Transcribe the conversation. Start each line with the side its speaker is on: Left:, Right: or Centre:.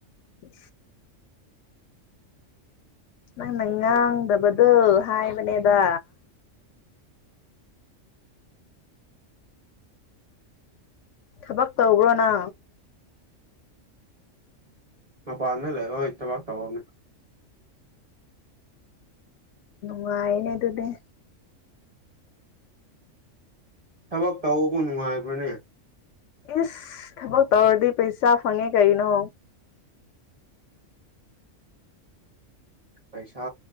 Left: ꯎ ꯅꯪꯅ ꯉꯥꯡꯗꯕꯗꯨꯣ ꯍꯥꯏꯕꯅꯦꯗ ꯊꯕꯛ ꯇꯧꯕ꯭ꯔꯣꯅ
Right: ꯃꯄꯥꯟꯗ ꯂꯩ ꯍꯣꯏ ꯊꯕꯥꯛ ꯇꯍꯅꯦ
Left: ꯋꯥꯥꯏꯅꯦ ꯑꯗꯨꯅꯦ
Right: ꯊꯕꯛ ꯇꯧꯕꯕꯨ ꯅꯨꯡꯉꯥꯏꯕ꯭ꯔꯅꯦ
Left: ꯏꯁꯁ ꯊꯕꯛ ꯇꯧꯔꯗꯤ ꯄꯩꯁꯥ ꯐꯪꯉꯦ ꯀꯩꯅꯣ
Right: ꯄꯁꯥ